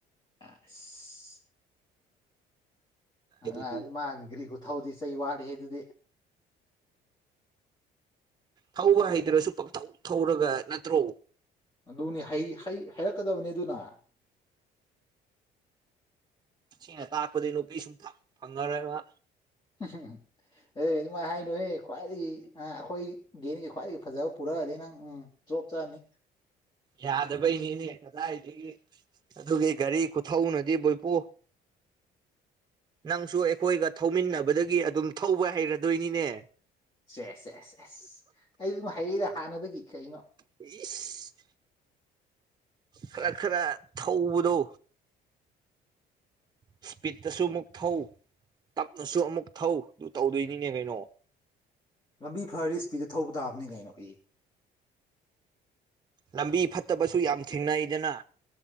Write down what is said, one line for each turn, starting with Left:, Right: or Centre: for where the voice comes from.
Left: ꯑꯥ <unintelligible> ꯑ
Right: ꯑꯗꯨꯗꯤ
Left: ꯃꯥꯒꯤ ꯒꯥꯔꯤ ꯈꯨꯊꯧꯗꯤ ꯆꯩ ꯋꯥꯠꯂꯤ ꯑꯗꯨꯗꯤ
Right: ꯊꯧꯕ ꯍꯩꯗ꯭ꯔꯁꯨ ꯄꯪꯊꯧ ꯊꯧꯔꯒ ꯅꯠꯇ꯭ꯔꯣ
Left: ꯑꯗꯨꯅꯤ ꯍꯩ ꯍꯩ ꯍꯩꯔꯛꯀꯗꯕꯅꯤ ꯑꯗꯨꯅ
Right: ꯁꯤꯅ ꯇꯥꯛꯄꯗꯤ ꯅꯨꯄꯤ ꯁꯨꯐꯛ ꯐꯪꯉꯔꯣꯏ ꯃꯥ
Left: ꯎ <unintelligible> ꯑꯦ ꯑꯗꯨꯃꯥꯏꯅ ꯍꯥꯏꯅꯨꯍꯦ ꯈ꯭ꯋꯥꯏꯗꯒꯤ ꯑ ꯑꯩꯈꯣꯏ ꯗꯒꯤ ꯈ꯭ꯋꯥꯏꯗꯒꯤ ꯐꯖꯕ ꯄꯨꯔꯛꯑꯗꯤ ꯅꯪ ꯎꯝ ꯆꯣꯞꯆꯅꯤ
Right: ꯌꯥꯗꯕꯩꯅꯤꯅꯦ ꯀꯗꯥꯏꯗꯒꯤ ꯑꯗꯨꯒꯤ ꯒꯥꯔꯤ ꯈꯨꯊꯧꯅꯗꯤ ꯕꯣꯏꯄꯨ
Left: <inaudible>
Right: ꯅꯪꯁꯨ ꯑꯩꯈꯣꯏꯒ ꯊꯧꯃꯤꯟꯅꯕꯗꯒꯤ ꯑꯗꯨꯝ ꯊꯧꯕ ꯍꯩꯔꯗꯣꯏꯅꯤꯅꯦ
Left: ꯁꯦ ꯁꯦ ꯑꯦꯁ ꯑꯦꯁ ꯑꯩ ꯑꯗꯨꯝ ꯍꯩꯗ ꯍꯥꯟꯅꯗꯒꯤ ꯀꯩꯅꯣ
Right: ꯏꯁ ꯈꯔ ꯈꯔ ꯊꯧꯕꯗꯣ ꯏꯁꯄꯤꯠꯇꯁꯨ ꯑꯃꯨꯛ ꯊꯧ ꯇꯞꯅꯁꯨ ꯑꯃꯨꯛ ꯊꯧꯗꯨ ꯇꯧꯗꯣꯏꯅꯤꯅꯦ ꯀꯩꯅꯣ
Left: ꯂꯝꯕꯤ ꯐꯔꯗꯤ ꯏꯁꯄꯤꯗꯇ ꯊꯧꯕ ꯇꯥꯕꯅꯤ ꯀꯩꯅꯣ ꯏ
Right: ꯂꯝꯕꯤ ꯐꯠꯇꯕꯁꯨ ꯌꯥꯝ ꯊꯦꯡꯅꯩꯗꯅ